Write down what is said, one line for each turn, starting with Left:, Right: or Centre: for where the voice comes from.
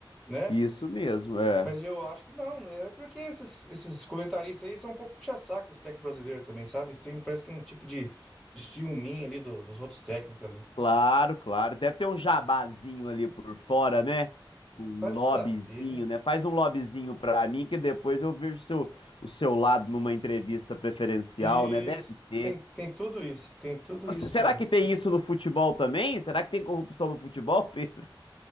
Centre: né?
Left: Isso mesmo, é.
Centre: Mas eu acho que não, né? É porque esses, esses comentaristas aí são um pouco puxa-saco dos técnicos brasileiros também, sabe? Eles têm- parece que é um tipo de, de ciúminho ali do- dos outros técnicos ali.
Left: Claro, claro. Deve ter um jabazinho ali por fora, né? Um
Centre: Vai
Left: lobbyzinho,
Centre: saber, né?
Left: né? Faz um lobbyzinho pra mim que depois eu vejo o seu, o seu lado numa entrevista preferencial,
Centre: Isso,
Left: né? Deve ter.
Centre: tem, tem tudo isso, tem tudo
Left: Nossa,
Centre: isso
Left: será
Centre: aí.
Left: que tem isso no futebol também? Será que tem corrupção no futebol, Pedro?